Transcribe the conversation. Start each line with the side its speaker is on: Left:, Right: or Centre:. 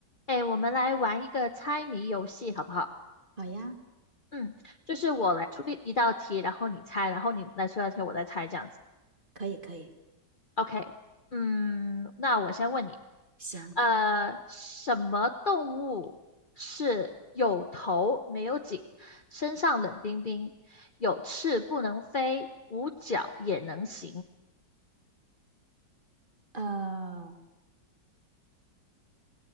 Left: 哎，我们来玩一个猜谜游戏，好不好？
Right: 好呀，
Left: 嗯，就是我来出一一道题，然后你猜，然后你来出一道题，我再猜，这样子。
Right: 可以可以，
Left: OK，嗯，那我先问你，
Right: 行，
Left: 呃，什么动物是有头没有颈，身上冷冰冰，有翅不能飞，无脚也能行？
Right: 呃，